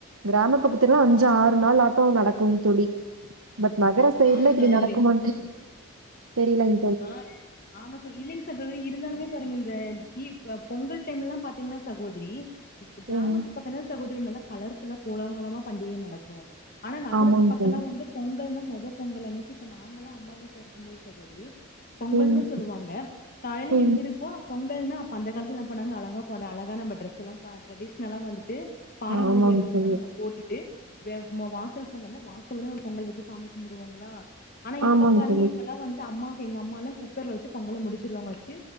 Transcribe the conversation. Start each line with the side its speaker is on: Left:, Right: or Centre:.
Right: கிராம பக்கத்துல்லலா அஞ்சு ஆறு நாள் ஆட்டோ நடக்குங் தோழி பட் நகர செய்ட்ல
Left: ஆமா
Right: இப்டி
Left: சகோதரி
Right: நடக்குமான்ட்டு தெரியலங்
Left: ஆ ஆமா ச இல்லைங் சகோதரி இருந்தாலுமே பாருங்க இந்த தீ ப பொங்கல் டைம்லல்லா பாத்தீங்கன்னா சகோதரி கிராமத்து
Right: ம்
Left: பக்கோ தா சகோதரி நல்லா கலர்ஃபுல்லா கோலாகலமா பண்டிக நடக் ம் ஆனா நகரத்து
Right: ஆமாங்
Left: பக்கலா
Right: தோழி
Left: வந்து பொங்கல்ன்னா மொத பொங்கல்னா மொதல் பொங்கல் அன்னைக்கு இப்ப நாங்கெல்லா அம்மா வீட்ல இருக்குபோது சகோதரி பொங்கல்னு
Right: ம்
Left: சொல்லுவாங்க காலையில
Right: ம்
Left: எந்திரிப்போ பொங்கல்னா அப்ப அந்த காலத்து என்ன பன்னாங்க அழகா பொட அழகா நம்ம டிரெஸ்ல்லா ப ட்ரெடிஷ்னல்லா வந்துட்டு பாரம்பரிய
Right: ஆமாங்
Left: ட்ரெஸ்
Right: தோழி
Left: தா நம்ம போட்டுட்டு வே ம வாசல் பொங்கல்ன வாசல்லதா பொங்கல் வச்சு சாமி கும்புடுவாங்களா ஆனா
Right: ஆமாங்
Left: இப்ப பாருங்க
Right: தோழி
Left: இப்ப எல்லா வந்து அம்மாவுக்கு எங்க அம்மா எல்லா குக்கர்ல வச்சு பொங்கல முடிச்சுருவாங்க வச்சு